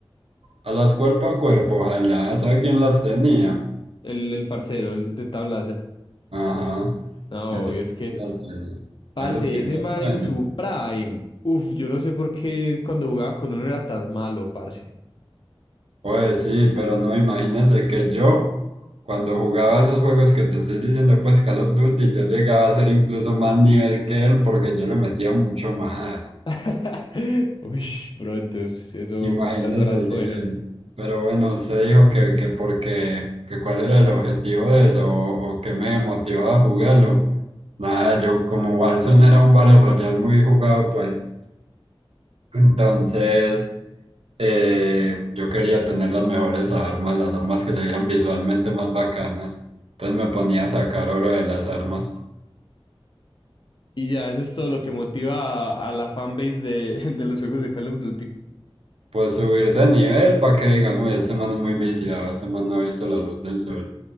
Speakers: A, on the right; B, on the left.
A: A las cuerpo a cuerpo, ojalá, ¿sabe quién las tenía?
B: el, el parcero, el de tablaza.
A: Ajá,
B: No,
A: esas
B: obvio,
A: que
B: es que,
A: ya planeé.
B: parce,
A: Esas que ya
B: ese man
A: planeé.
B: en su prime, uf, yo no sé por qué cuando jugaba con uno era tan malo, parce.
A: Pues sí, pero no, imagínese que yo, cuando jugaba esos juegos que te estoy diciendo, pues Call of Duty, yo llegaba a ser incluso más nivel que él porque yo le metía mucho más.
B: <laughs> Uy, bro, entonces, eso,
A: Imagínese
B: ¿cuántas horas
A: el
B: fueron?
A: nivel. Pero bueno, usted dijo que, que porque, que cuál era el objetivo de eso o, o qué me motivaba a jugarlo. Nada, yo como Warzone era un Battle Royale muy jugado, pues entonces... eh, yo quería tener las mejores armas, las armas que se vieran visualmente más bacanas. Entonces me ponía a sacar oro de las armas.
B: Y ya, eso es todo lo que motiva a, a la fanbase de, <laughs> de los juegos de Call of Duty.
A: Pues subir de nivel para que digan, uy, este man es muy viciado, este man no ha visto la luz del sol.